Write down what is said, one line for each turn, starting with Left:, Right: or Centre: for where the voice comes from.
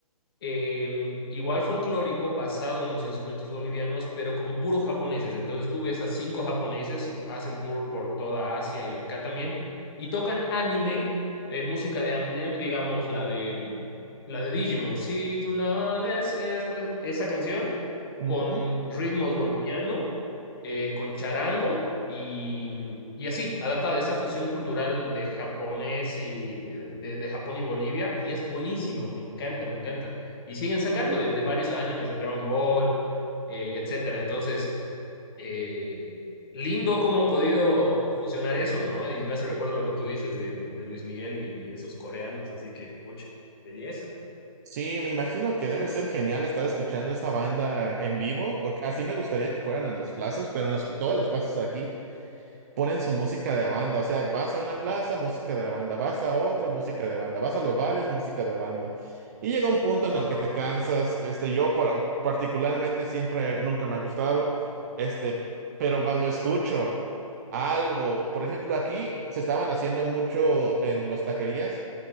Left: eh, igual folclórico, basado en los instrumentos bolivianos, pero con puros japoneses. Entonces tú ves a cinco japoneses, hacen tour por toda Asia y acá también, y tocan anime, eh, música de anime, digamos la de, mm, la de Digimon. Si tú lo deseas, pues esa canción
Right: ujú.
Left: con ritmos boliviano, eh, con charango. Y, mm, y así, adaptada a esa fusión cultural de japonés y eh, de de Japón y Bolivia, y es buenísimo, me encanta, me encanta. Y siguen sacando de, de varios animes de Dragon Ball eh, y etcétera. Entonces, eh, lindo cómo han podido fusionar eso, ¿no? Y me hace recuerdo lo que tú dices de, de- de Luis Miguel y, y esos coreanos, así que, pucha, belleza.
Right: Sí, me imagino que debe ser genial estar escuchando esa banda en vivo, porque así me gustaría que fueran en las plazas, pero en las, todas las plazas de aquí ponen su música de banda. O sea, vas a una plaza, música de banda, vas a otra, música de banda, vas a los bares, música de banda. Y llega un punto
Left: Wow.
Right: en el que te cansas. Este, yo par- particularmente siempre, nunca me ha gustado, este, pero cuando escucho algo, por ejemplo, aquí se estaban haciendo mucho en los taquerías